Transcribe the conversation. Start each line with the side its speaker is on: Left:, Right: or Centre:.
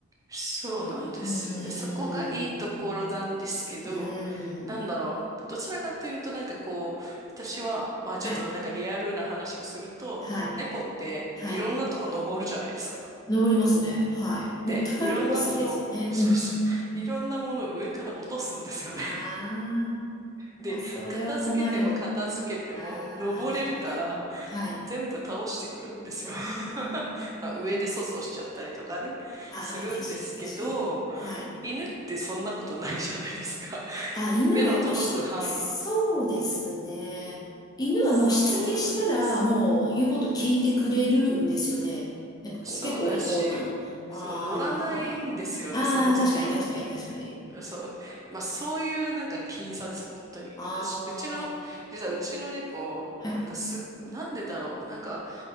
Right: そうなんですよね。
Left: うーん。
Right: そこがいいところなんですけど、
Left: うーん。
Right: なんだろう。どちらかというとなんかこう、私は、まあちょっとなんかリアルな話をすると、
Left: はい。はい。
Right: 猫っていろんなとこ登るじゃないですか。
Left: はい。登りますね。はい。
Right: で、
Left: もう高いとこ好きですよね。
Right: いろんなもの、そうそう、
Left: うん。
Right: いろんなものを上から落とすんですよね。
Left: あ
Right: で、
Left: あ、それは困る。
Right: 片付けても片付けても登れるから
Left: ああ、なるほど。はい。
Right: 全部倒してくるんですよ。
Left: あー
Right: <laughs> まあ上で粗相しちゃったりとかね、
Left: あー、
Right: するんですけど、
Left: 確かに確かに。はい。
Right: 犬ってそんなことないじゃないですか。<laughs>
Left: あ、犬はやっぱし、
Right: 目の届く範囲。
Left: そうですね。犬はもうしつけしたら、
Right: そうなんです。
Left: もう言うこと聞いてくれるんですよね。
Right: そう。
Left: なんかこう結構お利口な。
Right: そうだし、
Left: ああ、
Right: そう、乗らないんですよね、そもそもが。
Left: ああ、確かに確かに確かに。
Right: そう。まあ、そういうなんか僅差です、本当に。
Left: あ
Right: 私、うちの、実はうちの猫、
Left: あ、はい。
Right: なんかすっ、なんでだろう。なんか、